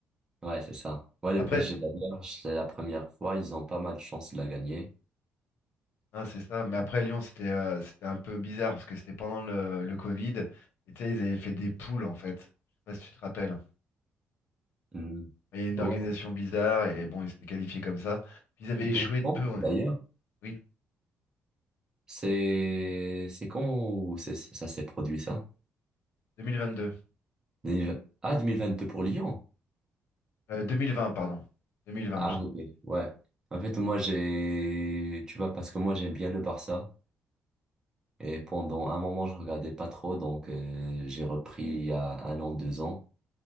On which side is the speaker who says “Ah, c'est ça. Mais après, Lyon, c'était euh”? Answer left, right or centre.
Left